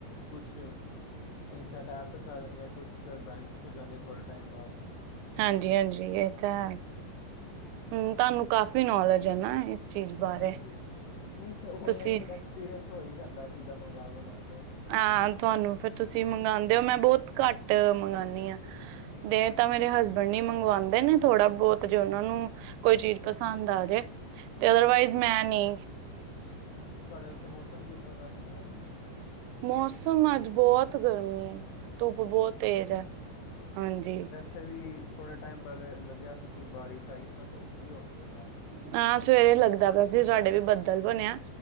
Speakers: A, on the left; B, on the right.
A: ਕੁਛ ਇੰਸਟੈਂਟ ਐਪ 'ਚ ਆ ਜਾਂਦੀ ਆਂ, ਕੁਛ ਫੇਰ ਬੈਂਕ 'ਚ ਜਾਂਦੀ, ਥੋੜ੍ਹੇ ਟਾਈਮ ਬਾਦ
B: ਹਾਂਜੀ-ਹਾਂਜੀ, ਏ ਤੇ ਹੈ, ਹੂੰ ਤਾਨੂੰ ਕਾਫੀ ਨੌਲੇਜ ਏ, ਨਾ ਇਸ ਚੀਜ਼ ਬਾਰੇ
A: ਹਾਂਜੀ, ਨਹੀਂ ਓਨਲਾਈਨ
B: ਤੁਸੀਂ
A: ਐਕਸਪੀਰੀਅੰਸ ਹੋ ਈ ਜਾਂਦਾ ਪੀਜ਼ਾ, ਮੰਗਾ-ਮੰਗਾ ਕੇ
B: ਆ, ਤੁਆਨੂੰ ਫੇਰ ਤੁਸੀਂ ਮੰਗਾਉਂਦੇ ਓ, ਮੈਂ ਬੋਤ ਘੱਟ ਟ ਮੰਗਾਣੀ ਆ, ਦੇ ਤਾਂ ਮੇਰੇ ਹਸਬ ਨੀ ਮੰਗਵਾਂਦੇ ਨੇ, ਥੋੜਾ ਬੋਤ ਜੇ ਓਨਾਂ ਨੂੰ ਕੋਈ ਚੀਜ਼ ਪਸੰਦ
A: ਅੱਛਾ
B: ਆ ਜੇ, ਤੇ ਅਦਰਵਾਈਜ਼ ਮੈਂ ਨੀ
A: ਤੁਆਡੇ, ਉੱਥੇ ਮੌਸਮ ਕਿੱਦਾਂ ਦਾ ਸੀ ਅੱਜ?
B: ਮੌਸਮ, ਅੱਜ ਬੋਤ ਗਰਮੀ ਏ, ਧੁੱਪ ਬੋਤ ਤੇਜ਼ ਐ। ਹਾਂਜੀ
A: ਕਈ ਥੋੜੇ ਟੇਮ ਪੇਲੇ ਲੱਗਿਆ ਸੀ, ਕਿ ਬਾਰਿਸ਼ ਆਏਗੀ, ਪਰ ਧੁੱਪ ਈ ਹੋ ਗਈ ਐ।
B: ਅ ਸਵੇਰੇ ਲੱਗਦਾ ਪਿਆ ਸੀ,
A: ਹਮ
B: ਸਾਡੇ ਵੀ ਬੱਦਲ ਬਣਿਆ